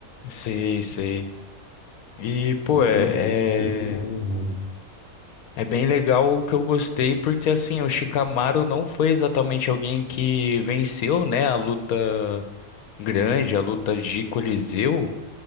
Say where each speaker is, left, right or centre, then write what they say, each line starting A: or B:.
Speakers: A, on the left; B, on the left.
A: Sei, sei. E, pô,
B: Alguma
A: é,
B: coisa sempre dava
A: é,
B: errado.
A: é bem legal o que eu gostei, porque assim, o Shikamaru não foi exatamente alguém que venceu, né, a luta grande, a luta de Coliseu,